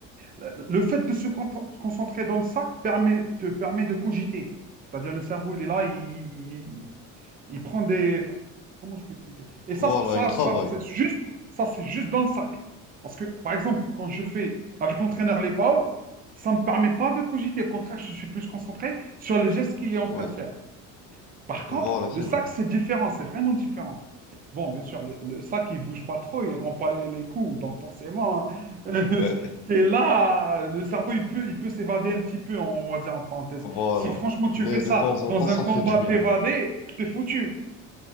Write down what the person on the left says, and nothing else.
Voilà,
il travaille.
Ouais,
voilà, c'est
vrai.
Ouais,
voilà.
Mais
de temps en
temps, ça
fait du bien.